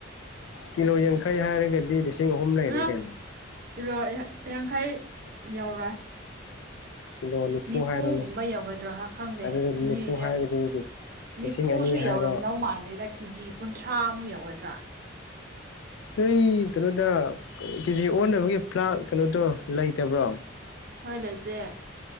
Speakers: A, on the left; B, on the right.
A: ꯀꯤꯂꯣ ꯌꯦꯡꯈꯩ ꯍꯥꯏꯔꯒꯗꯤ ꯂꯤꯁꯤꯡ ꯑꯍꯨꯝ ꯂꯩꯔꯦꯀꯧꯅꯣ
B: ꯎꯝ ꯀꯤꯂꯣ ꯌꯥ ꯌꯥꯡꯈꯩ ꯌꯧꯔꯦꯏ
A: ꯀꯤꯂꯣ ꯅꯤꯐꯨ
B: ꯅꯤꯐꯐꯨ
A: ꯍꯥꯏꯔꯣꯅꯦ
B: ꯒꯨꯝꯕ ꯌꯥꯎꯒꯗ꯭ꯔꯣ ꯍꯥ ꯈꯪꯗꯦ
A: ꯑꯗꯨꯗ ꯅꯤꯐꯨ
B: ꯅꯤ
A: ꯍꯥꯏꯔꯒꯗꯤ
B: ꯌꯥ
A: ꯂꯤꯁꯤꯡ
B: ꯅꯤꯐꯨꯁꯨ
A: ꯑꯅꯤ ꯍꯥꯏꯔꯣ
B: ꯌꯧꯔꯝꯗꯧ ꯃꯥꯜꯂꯦꯗ ꯀꯦꯖꯤ ꯀꯨꯟꯊ꯭ꯔꯥꯃꯨꯛ ꯌꯧꯒꯗ꯭ꯔꯥ
A: <unintelligible> ꯀꯩꯅꯣꯗ ꯀꯦꯖꯤ ꯑꯣꯟꯅꯕꯒꯤ ꯄ꯭ꯂꯥꯛ ꯀꯩꯅꯣꯗꯣ ꯂꯩꯇꯕ꯭ꯔꯣ
B: ꯍꯣꯏ ꯂꯩꯇꯦ